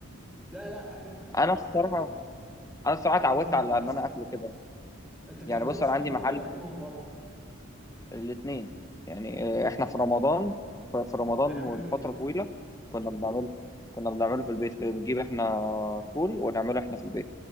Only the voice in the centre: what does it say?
لا لا هتفرق
هتفرق
والله
بيكون
له طعم
احسن
انت بتعملوه
اصلا
في البيت
ولا بتجيبه من بره
ما احنا
برضو
الاثنين
بنعمله
في البيت